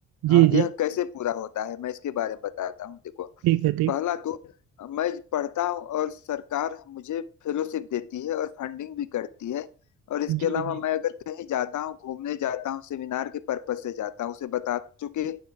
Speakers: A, on the right; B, on the left.
A: जी
B: अ, यह
A: जी
B: कैसे पूरा होता है मैं इसके बारे में बताता हूँ देखो
A: ठीक है ठीक
B: पहला तो अ, मैं पढ़ता हूँ और सरकार मुझे फेलोशिप देती है और फंडिंग भी करती है और इसके
A: जी
B: अलावा
A: जी
B: मैं अगर कहीं जाता हूँ घूमने जाता हूँ सेमिनार के पर्पज से जाता हूँ उसे बता चूंकि